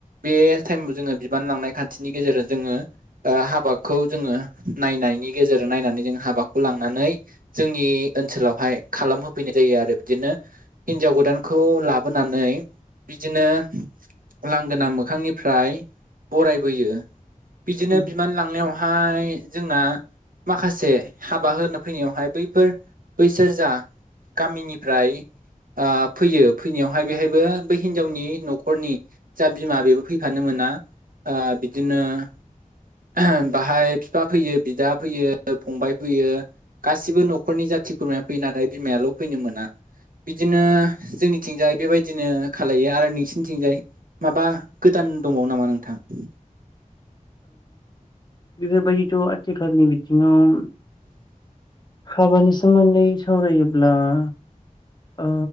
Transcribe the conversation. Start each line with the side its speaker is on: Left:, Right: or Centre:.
Right: बे टाइमाव जोङो बिबान लांनाय खान्थिनि गेजेरजों जोङो। हाबाखौ जोङो नायनायनि गेजेरजों नायनानै जों हाबाखौ लांनानैनो जोंनि ओनसोलावहायो खालाम होफैनाय जायो आरो बिदिनो हिनजाव गोदानखौ लाबोनानै बिदिनो लांगोना मोखांनिफ्राय बरायबोयो बिदिनो
Left: उम
Right: बिमान लांनायावो फाय जोंना माखासे हाबा होनो फैनायावहाय बैफोर बैसोरजा गामिनिफ्रायो फैयो फैनायावहाय बेहायबो बै हिनजावनि न'खरनि ओ जा बिमा बेबो फैफानो मोना बिदिनो ओ उम बाहाय बिफा फैयो बिदा फैयो फंबाय फैयो। गासिबो न'खरनि जाथि खुरमाया फैयो नाथाय बिमायाल' फैनो मोना। बिदिनो जोंनिथिंजाय बेबादिनो खालामलायो आरो नोंसिोरनिथिंजाय माबा गोदान दंबावो नामा नोंथांआ
Left: बेफोरबादिथ' आथिखालनि बिथिङाव हाबानि सोमोन्दै सावरायोब्लायो ओ